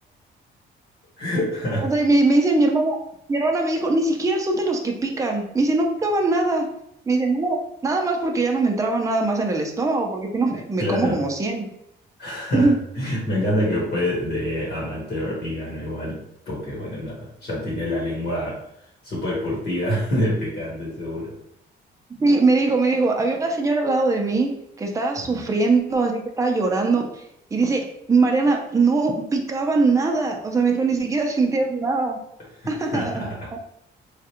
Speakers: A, on the left; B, on the right.
A: <laughs>
B: O sea, y me, me dice mi hermana, mi hermana me dijo, ni siquiera son de los que pican. Me dice, no picaban nada. Me dice, no, nada más porque ya no me entraba nada más en el estómago, porque si no me, me
A: Claro.
B: como como cien
A: <laughs>
B: <laughs>
A: Me encanta que fue de amateur y ganó igual, porque bueno, nada, ya tiene la lengua súper curtida <laughs> del picante, seguro.
B: Sí, me dijo, me dijo, había una señora al lado de mí que estaba sufriendo,
A: Ujú.
B: así que estaba llorando, y dice, Mariana, no picaban nada. O sea, me dijo, ni siquiera sentías nada.
A: <laughs>
B: <laughs>